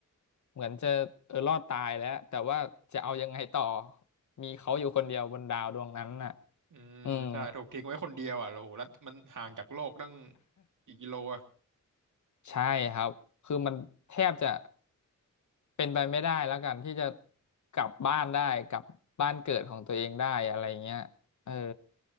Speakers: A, on the left; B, on the right.
A: เหมือนจะเออรอดตายแล้วแต่ว่าจะเอายังไงต่อมีเขาอยู่คนเดียวบนดาวดวงนั้นน่ะ
B: อืมใช่ถูกทิ้งไว้คนเดียวอ่ะโอ้โหแล้วมันห่างจากโลกตั้ง
A: อืม
B: กี่กิโลอ่ะ
A: ใช่ครับคือมันแทบจะเป็นไปไม่ได้แล้วกันที่จะกลับบ้านได้กลับบ้านเกิดของตัวเองได้อะไรเงี้ยเออ